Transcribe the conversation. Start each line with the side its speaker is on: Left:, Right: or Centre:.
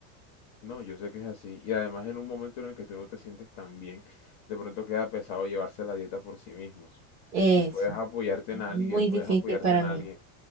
Left: No, yo sé que es así. Y además en un momento en el que tú no te sientes tan bien, de pronto queda pesado llevarse la dieta por sí mismos.
Right: Eso,
Left: Entonces puedes apoyarte
Right: es
Left: en alguien,
Right: muy
Left: puedes
Right: difícil
Left: apoyarte
Right: para
Left: en
Right: mí.
Left: alguien,